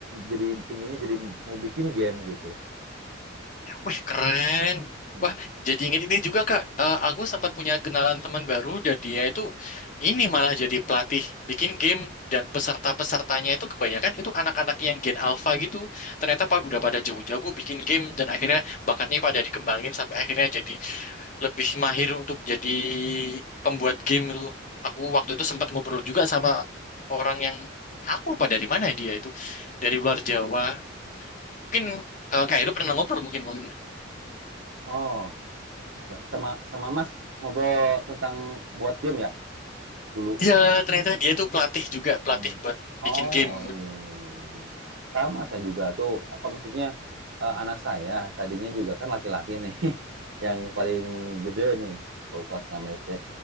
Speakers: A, on the right; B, on the left.
A: jadi pinginnya jadi mau bikin game gitu.
B: Wih, keren.
A: Hmm.
B: Wah, jadi inget ini juga, Kak. Eh, aku sempat punya kenalan teman baru dan dia itu ini malah jadi pelatih bikin game dan peserta-pesertanya itu kebanyakan itu anak-anak yang gen alpha gitu. Ternyata pa-
A: Hmm.
B: udah pada jago-jago bikin game dan akhirnya bakatnya pada dikembangin sampai akhirnya jadi lebih mahir untuk jadi pembuat game itu. Aku waktu itu sempat ngobrol juga sama orang yang aku lupa dari mana dia itu, dari luar Jawa. Mungkin eh, Kak Heru pernah ngobrol mungkin mungkin.
A: Oh, sama sama Mas ngobrol tentang buat game ya dulu.
B: Ya, ternyata dia itu pelatih juga, pelatih
A: Hmm.
B: buat
A: Oh
B: bikin game.
A: iya iya iya iya. iya. Sama saya juga tuh apa maksudnya eh, anak saya tadinya juga kan laki-laki nih <laughs> yang paling gede nih baru kelas 6 SD